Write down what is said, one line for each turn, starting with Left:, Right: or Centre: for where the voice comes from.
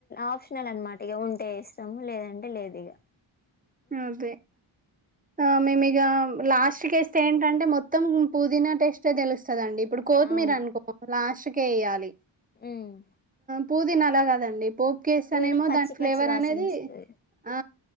Left: ఆప్షనల్ అన్నమాట ఇక ఉంటే ఇస్తాము లేదంటే లేదు ఇక
Right: అదే ఆ మేము ఇక లాస్ట్ టేస్ట్ ఏంటంటే మొత్తం పుదీనా టెస్టే తెలుస్తుందండి ఇప్పుడు కొత్తిమీర
Left: అవును
Right: అనుకో లాస్ట్ కే వయ్యాలి
Left: ఉమ్
Right: పూదీన్ అలాగదండి పోపు కేస్తానే
Left: పుదీనా
Right: ఏమో
Left: పచ్చి
Right: దాని ఫ్లేవర్
Left: పచ్చి వాసన
Right: అనేది
Left: వస్తది
Right: ఆ